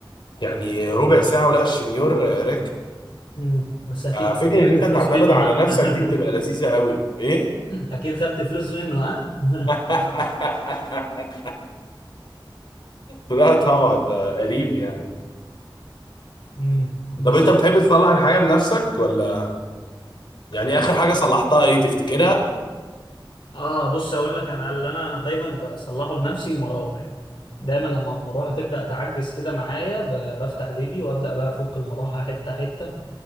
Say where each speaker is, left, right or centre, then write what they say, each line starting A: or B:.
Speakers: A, on the left; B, on the left.
A: يعني ربع ساعه ولا الشنيور آه، راكب
B: مم. بس اكيد بقى
A: ففكره ان
B: خدت
A: انت
B: فلوس
A: تعتمد
B: منه
A: على
B: ها
A: نفسك دي بتبقى لذيذه قوي ايه
B: <laughs> اكيد خدت فلوس منه ها <laughs>
A: <laughs> لا طبعا ده قريب يعني
B: مم. بس
A: طب انت بتحب تصلح الحاجه بنفسك ولا يعني اخر حاجه صلحتها ايه تفتكرها
B: اه بص اقول لك انا اللي انا دايما بصلحه بنفسي المراوح دايما لما المروحه تبدا تعجز كده معايا ب- بفتح فيديو وابدا بقى افك المروحه حته حته